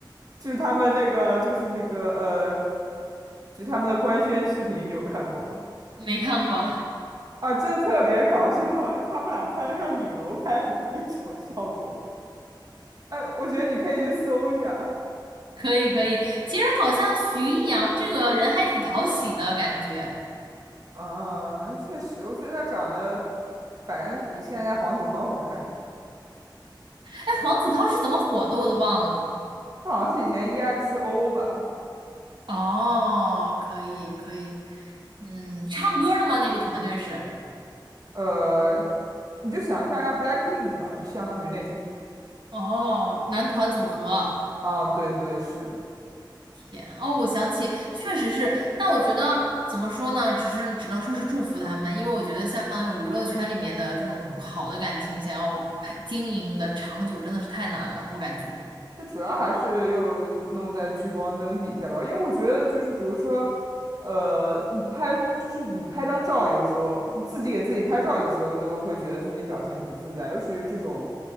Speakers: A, on the right; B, on the right.
A: 就是他们那个，就是那个呃，就他们的官宣视频，你有看过吗？
B: 没看过，
A: 啊，真的特别搞笑，就他们俩拍的像影楼拍的那种效果。哎，我觉得你可以去搜一下
B: 可以可以。其实好像徐艺洋这个人还挺讨喜的感觉，
A: 啊，那确实，我觉得他长得，反正比现在黄子韬好看点。
B: 哎，黄子韬是怎么火的，我都忘了。
A: 他好像是以前 EXO 吧，
B: 哦，可以可以，嗯，唱歌的吗？那个团队是，
A: 呃，你就想象一下 BLACKPINK 吧，就相当于那种。
B: 哦，男团组合，
A: 啊，对对，是的。
B: 天哦，我想起，确实是，但我觉得怎么说呢，只是只能说是祝福他们，因为我觉得像那种娱乐圈里面的这种好的感情，想要培经营的长久，真的是太难了，我感觉。
A: 那主要还是又弄在聚光灯底下吧，因为我觉得就是比如说，呃，你拍就是你拍张照，有时候你自己给自己拍照，有时候都会觉得自己表情不自在，尤其是这种